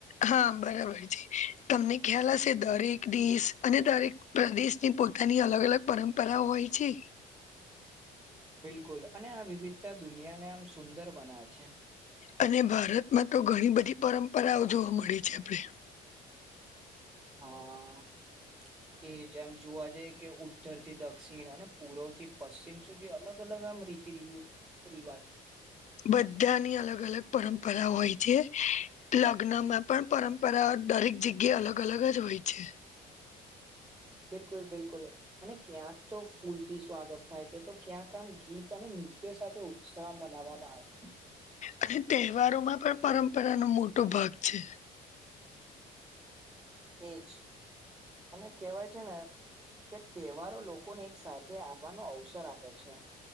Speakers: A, on the left; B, on the right.
A: હા બરાબર છે તમને ખ્યાલ હશે દરેક દિશ અને દરેક પ્રદેશની પોતાની અલગ અલગ પરંપરાઓ હોય છે
B: બિલકુલ અને આ વિવિધતા દુનિયાને આમ સુંદર બનાવે છે
A: અને ભારતમાં તો ઘણી બધી પરંપરાઓ જોવા મળે છે આપણે
B: હા એ જ આમ જોવા જઈ કે ઉત્તર થી દક્ષિણ અને પૂર્વ થી પશ્ચિમ સુધી અલગ અલગ આમ રીતે ર એરી વાત છે
A: બધાની અલગ અલગ પરંપરા હોય છે લગ્ન માં પણ પરંપરા દરેક જગ્યા અલગ અલગ જ હોય છે
B: બિલકુલ બિલકુલ અને ક્યાંક તો ફૂલથી સ્વાગત થાય છે તો ક્યાંક આમ ગીત અને નૃત્ય સાથે ઉત્સાહ મનાવવામાં આવે છે
A: અને તહેવારો માં પણ પરંપરાનોો મોટો ભાગ છે
B: એજ અને કેહેવાય છે ને કે તહેવારો લોકોને એક સાથે આપવાનો અવસર આપે છે